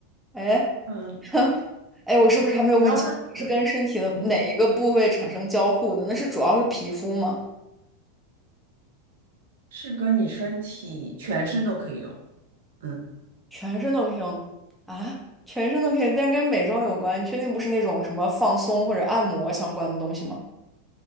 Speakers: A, in the centre; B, on the right.
A: 哎，
B: 嗯，
A: <laughs> 哎，我是不是还没有问清，
B: 然后它是可以，
A: 是跟身体的哪一个部位产生交互的？
B: 嗯
A: 那是主要是皮肤吗？
B: 是跟你身体全身都可以用，嗯，
A: 全身都可以用啊？全身都可以，但跟美妆有关，你确定不是那种什么放松或者按摩相关的东西吗？